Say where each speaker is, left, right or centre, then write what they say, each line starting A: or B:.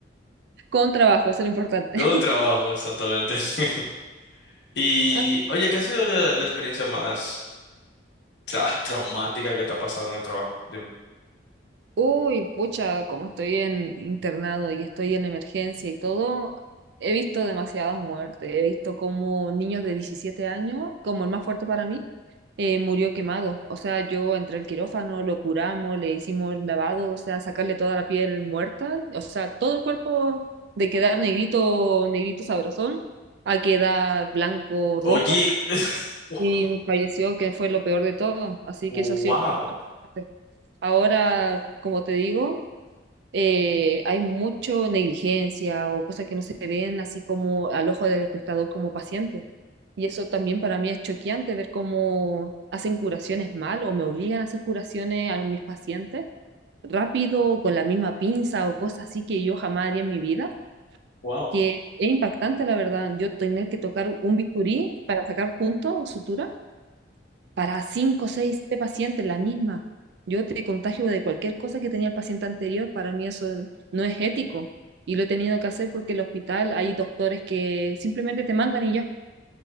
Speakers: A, on the right (about 65°); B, on the left (about 70°).
A: Con trabajo, eso es lo importante.
B: Todo un trabajo, exactamente. <laughs> Y
A: <laughs>
B: oye, ¿qué ha sido la, la experiencia más tra- traumática que te ha pasado en el trabajo? Dime.
A: Uy, pucha, como estoy en internado y estoy en emergencia y todo, he visto demasiadas muertes. He visto como niños de 17 años, como el más fuerte para mí, eh, murió quemado. O sea, yo entré al quirófano, lo curamos, le hicimos el lavado, o sea, sacarle toda la piel muerta, o sea, todo el cuerpo de quedar negrito, negrito sabrosón, a quedar blanco,
B: Oye,
A: rojo,
B: <laughs>
A: y falleció, que fue lo peor de todo. Así
B: wow.
A: que eso ha sido como lo más fuerte. Ahora, como te digo, eh, hay mucho negligencia o cosas que no se ven así como al ojo del espectador como paciente. Y eso también para mí es choqueante ver cómo hacen curaciones mal o me obligan a hacer curaciones a mis pacientes rápido o con la misma pinza o cosas así que yo jamás haría en mi vida.
B: Wow.
A: Que es impactante, la verdad. Yo tener que tocar un bisturí para sacar puntos o sutura para 5, 6 7 pacientes, la misma. Yo te contagio de cualquier cosa que tenía el paciente anterior, para mí eso no es ético y lo he tenido que hacer porque en el hospital hay doctores que simplemente te mandan y ya.